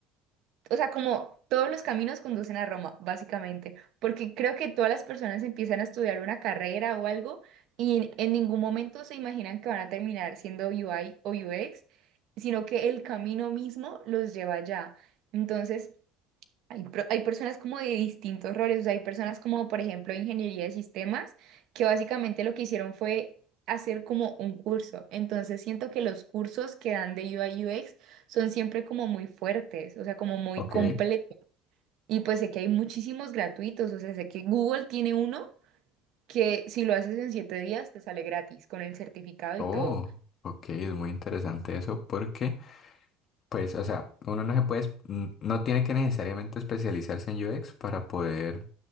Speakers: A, on the right (about 55°); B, on the left (about 35°).
A: o sea, como todos los caminos conducen a Roma, básicamente, porque creo que todas las personas empiezan a estudiar una carrera o algo y en, en ningún momento se imaginan que van a terminar siendo UI o UX, sino que el camino mismo los lleva allá. Entonces, hay, pro- hay personas como de distintos roles, o sea, hay personas como, por ejemplo, ingeniería de sistemas, que básicamente lo que hicieron fue hacer como un curso. Entonces siento que los cursos que dan de UI UX son siempre como muy fuertes, o sea, como muy
B: Ok,
A: completos. Y pues sé que hay muchísimos gratuitos, o sea, sé que Google tiene uno que si lo haces en siete días te sale gratis con el certificado
B: oh,
A: y todo.
B: ok, es muy interesante eso porque, pues, o sea, uno no se puede, es- n- no tiene que necesariamente especializarse en UX para poder